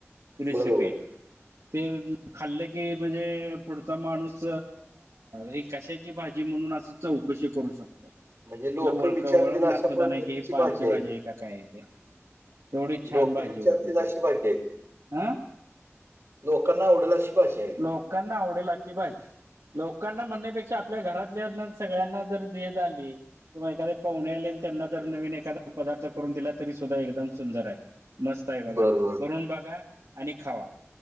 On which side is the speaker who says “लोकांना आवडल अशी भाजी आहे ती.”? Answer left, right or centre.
Right